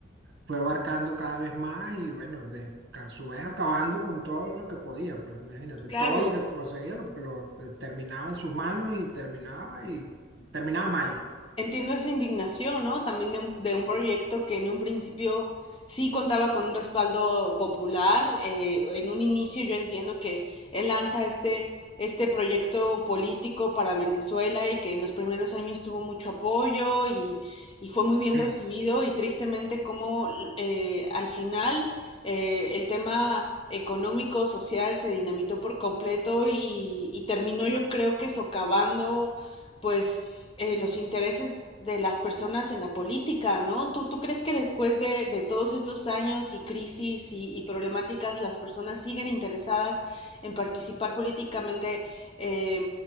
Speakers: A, on the right (about 70°); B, on the left (about 30°).
A: fue abarcando cada vez más y bueno, de, a su vez acabando con todo lo que podía, pues imagínate,
B: Claro,
A: todo lo que conseguía lo, lo terminaba en sus manos y terminaba y terminaba mal.
B: Entiendo esa indignación, ¿no? También de un, de un proyecto que en un principio sí contaba con un respaldo popular. eh, en un inicio yo entiendo que él lanza este, este proyecto político para Venezuela y que en los primeros años tuvo mucho apoyo y, y fue muy bien
A: <clears throat>
B: recibido y tristemente como eh, al final eh, el tema económico, social se dinamitó por completo y, y terminó yo creo que socavando pues eh, los intereses de las personas en la política, ¿no? ¿Tú, tú crees que después de, de todos estos años y crisis y, y problemáticas, las personas siguen interesadas en participar políticamente eh,